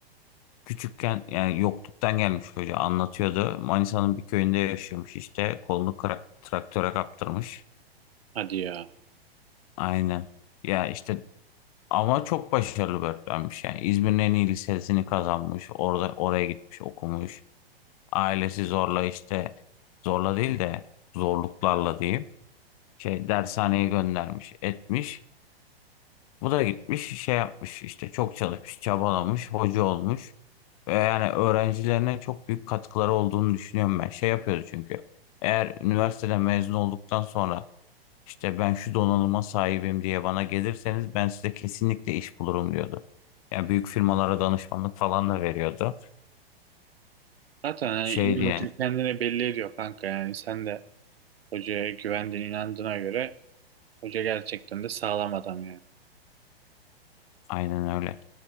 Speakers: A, on the left (about 35°); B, on the right (about 75°).
A: Küçükken yani yokluktan gelmiş hoca anlatıyordu. Manisa'nın bir köyünde yaşıyormuş işte kolunu kra- traktöre kaptırmış.
B: Hadi ya.
A: Aynen. Ya işte Ama çok başarılı bir öğretmenmiş yani. İzmir'in en iyi lisesini kazanmış. Orada oraya gitmiş, okumuş. Ailesi zorla işte zorla değil de zorluklarla diyeyim. Şey dershaneye göndermiş, etmiş. Bu da gitmiş şey yapmış işte çok çalışmış, çabalamış, hoca olmuş. Ve yani öğrencilerine çok büyük katkıları olduğunu düşünüyorum ben. Şey yapıyoruz çünkü. Eğer üniversiteden mezun olduktan sonra işte ben şu donanıma sahibim diye bana gelirseniz ben size kesinlikle iş bulurum diyordu. Yani büyük firmalara danışmanlık falan da veriyordu.
B: Zaten yani
A: Şey
B: iyi
A: diyen
B: hoca kendini belli ediyor kanka. Yani sen de hocaya güvendiğin inandığına göre hoca gerçekten de sağlam adam yani.
A: aynen öyle.